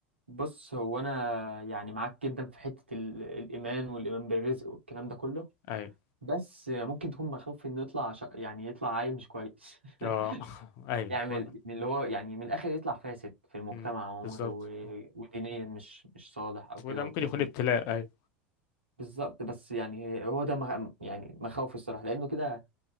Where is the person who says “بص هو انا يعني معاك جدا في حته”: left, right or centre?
Right